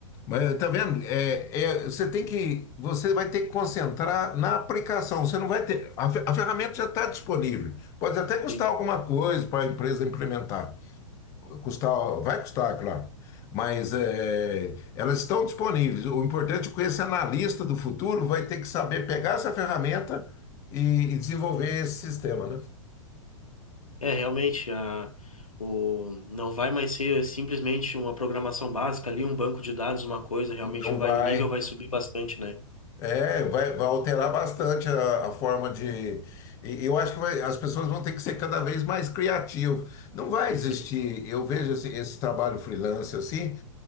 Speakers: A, on the left; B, on the left.
A: Mas tá vendo? É, é, você tem que, você vai ter que concentrar na aplicação. Você não vai ter. A, fe- a ferramenta já está disponível. Pode até custar
B: Sim.
A: alguma coisa para a empresa implementar. Custar, vai custar, claro. Mas é, elas estão disponíveis. O importante é que esse analista do futuro vai ter que saber pegar essa ferramenta e, e desenvolver esse sistema, né?
B: É, realmente, a, o, não vai mais ser simplesmente uma programação básica ali, um banco de dados, uma coisa, realmente
A: Não
B: vai,
A: vai.
B: o nível vai subir bastante, né?
A: É, vai, vai alterar bastante a, a forma de. E eu acho que vai- as pessoas vão ter que ser cada vez mais criativas. Não vai existir.
B: Sim.
A: Eu vejo esse, esse trabalho freelance assim,